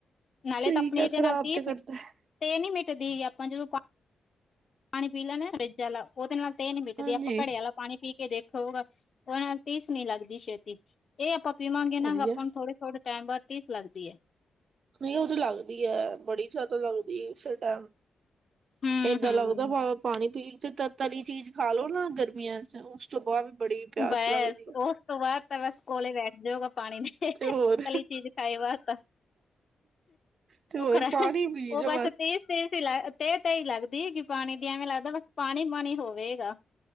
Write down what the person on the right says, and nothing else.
ਸਹੀ
ਕਿਹਾ
ਖ਼ਰਾਬ
ਤੇ ਕਰਦਾ
ਹੈ।
ਹਾਂਜੀ
ਵਧੀਆ
ਨਹੀਂ ਉਹਦੀ ਲੱਗਦੀ ਹੈ ਬੜੀ ਜ਼ਿਆਦਾ ਲੱਗਦੀ ਐ ਉਸੇ ਟਾਈਮ।
ਏਦਾਂ ਲੱਗਦਾ ਵਾਵਾ ਪਾਣੀ ਪੀ ਤੇ ਤ ਤਲੀ ਚੀਜ਼ ਖਾ ਲੋਓ ਨਾ ਗਰਮੀਆਂ। ਉਸ ਤੋਂ ਬਾਅਦ ਬੜੀ ਪਿਆਸ
ਲੱਗਦੀ।
ਤੇ
ਹੋਰ
ਤੇ ਹੋਰ
ਪਾਣੀ ਪੀ ਜਾ